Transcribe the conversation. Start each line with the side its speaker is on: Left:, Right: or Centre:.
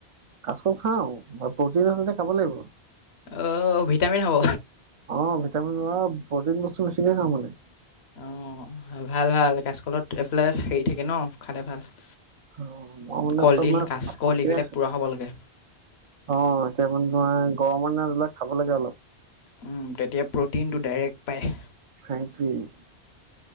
Right: কাচকল খাওঁ প্ৰটিন আছে যে খাব লাগিব <inaudible>
Left: অঁ ভিটামিন হ'ব
Right: অ ভিটামিন, প্ৰটিন বস্তু বেছিকে খাওঁ মানে।
Left: অ ভাল-ভাল কাচকলত এইফালে হেৰি থাকে ন খালে ভাল <unintelligible>
Right: অ ম‌ই মানে
Left: কলডিল কাচকল
Right: <unintelligible>
Left: এইবিলাক পূৰা খাব লাগে
Right: অ এতিয়া মানে তোমাৰ গৰমৰ দিনা এইবিলাক খাব লাগে অলপ <unintelligible>
Left: উম তেতিয়া প্ৰ'টিনটো ডাইৰেক্ট পায়।
Right: সেইটোৱেই <unintelligible>